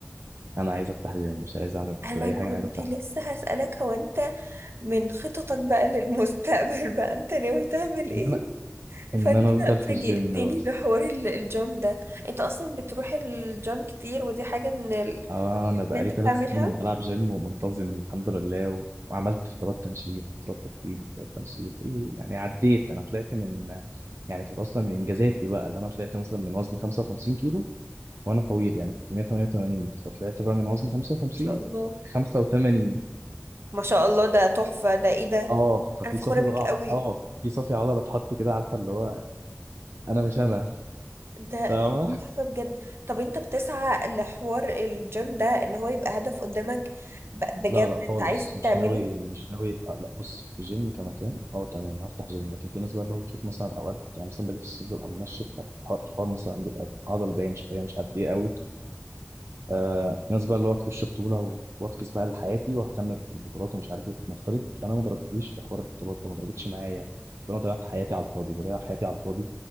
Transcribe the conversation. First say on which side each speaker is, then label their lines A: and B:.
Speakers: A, on the right; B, on the right.
A: انا عايز افتح جيم مش عايز اعمل
B: انا
A: اي حاجه
B: كنت
A: انا عايز افتح
B: لسه هسألك هو انت من خططك بقى للمستقبل <laughs> بقى انت ناوي تعمل ايه
A: ان انا ان
B: فانت
A: انا افضل في
B: فاجئتني
A: الجيم بس
B: بحوار ال- الجيم ده انت اصلا بتروح الجيم كتير ودي حاجة من ال...
A: آه انا بقالي
B: اللي انت
A: ثلاث
B: بتعملها
A: سنين
B: ما
A: بلعب جيم ومنتظم الحمد لله و- وعملت فترات تنشيط فترات تضخيم فترات تنشيط إيه يعني عديت انا طلعت من يعني كانت اصلا من انجازاتي بقى اللي انا طلعت مثلا من وزن 55 كيلو وانا طويل يعني كنت 188 فطلعت بقى من وزن 55
B: شاء الله
A: 85
B: ما شاء الله ده تحفة ده ايه ده
A: اه ففي
B: انا فخورة
A: صافي
B: بيك
A: بقى
B: قوي
A: اه في صافي عضله اتحط كده عارفه اللي هو انا مش انا
B: ده
A: فاهمه
B: تحفة بجد طب انت بتسعى لحوار الجيم ده ان هو يبقى هدف قدامك ب- بجد
A: لا لا خالص
B: انت عايز
A: مش
B: تعمله
A: ناوي مش ناوي آه لا بص الجيم كمكان اه تمام هفتح جيم لكن في ناس بقى اللي هو بتشوف مثلا اوقات يعني مثلا باجي في الصيف ببقى منشف فالحوار- الحوار مثلا بيبقى عضل باين شويه مش عارف ايه قوي آه في ناس بقى اللي هو تخش بطوله و- وافكس بقى لحياتي واهتم بالبطولات ومش عارف ايه طب نفترض انا ما ضربتليش في حوار البطولات ده ما ضربتش معايا فانا ضيعت حياتي على الفاضي بضيع حياتي على الفاضي